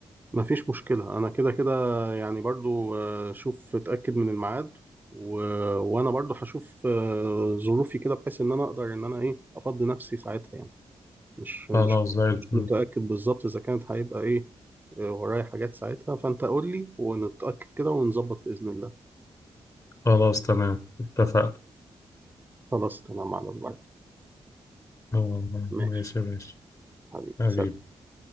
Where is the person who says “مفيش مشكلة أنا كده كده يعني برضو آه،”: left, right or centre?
Right